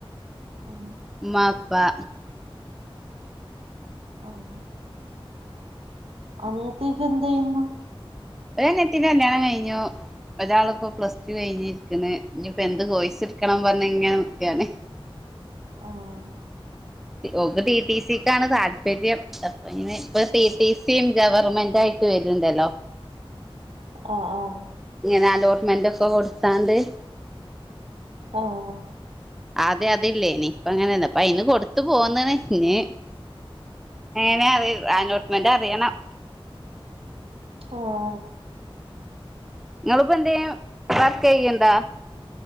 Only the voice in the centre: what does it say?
മ്മാ പ്പാ
ഒരനിയത്തീന്റെ കല്യാണം കഴിഞ്ഞു. ഒരാള്പ്പൊ പ്ലസ് ടു കഴിഞ്ഞി ക്ക്ണ്. ന്നിപ്പെന്ത് കോഴ്‌സ്ട്ക്കണം പർഞ്ങ്ങനെ നിക്കാണ്
ടി ഓക്ക് ടി ടി സിക്കാണ് താല്പര്യം പ്പന്ന് പ്പ ടി ടി സിം ഗവർമെന്റായിട്ട് വെര്ണ്ടല്ലോ
ങ്ങനെ അലോട്ട്മെന്റൊക്കെ കൊട്ത്താണ്ട്
ആദ്യ അത് ല്ലേനി, പ്പ അങ്ങനല്ല, പ്പ അയ്ന് കൊട്ത്ത്‌ പോന്ന്ണ്. ഞ്ഞ് എങ്ങനെ അറി അലോട്ട്മെന്ററിയണം
ങ്ങള്പ്പന്തേയും വർക്കെയ്യ്‌ണ്ടാ